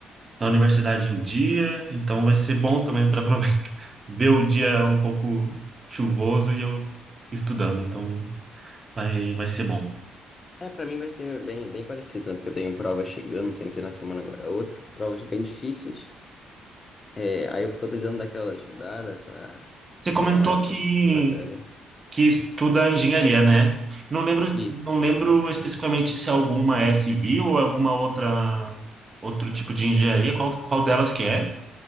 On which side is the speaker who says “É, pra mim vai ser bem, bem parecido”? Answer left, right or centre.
Left